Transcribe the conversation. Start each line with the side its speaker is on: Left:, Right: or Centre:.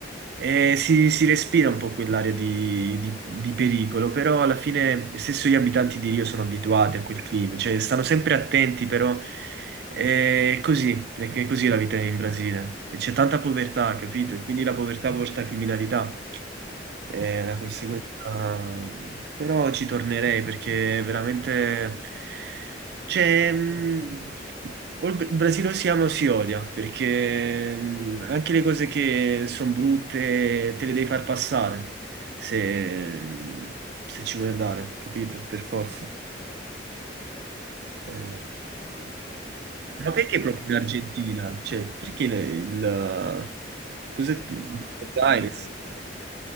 Right: E si, si respira un po' quell'area di, di- di pericolo, però alla fine stesso gli abitanti di Rio sono abituati a quel clima, cioè stanno sempre attenti, però è così, è che- così la vita in Brasile. E C'è tanta povertà, capito? E quindi la povertà porta a criminalità è la conseguenza.
Left: sì,
Right: Però ci tornerei perché veramente c'è mh, o il Br- Brasile o si ama o si odia, perché mh, anche le cose che sono brutte te le devi far passare se, mh, se ci vuoi andare, capito? Per forza.
Left: certo, certo.
Right: Eh,
Left: No, no, certo, quello,
Right: ma perché
Left: quello
Right: proprio
Left: avevo
Right: in
Left: pensato
Right: Argentina?
Left: anche.
Right: Cioè, perché il... il cos'è? Buenos
Left: Ma perché,
Right: Aires?
Left: per-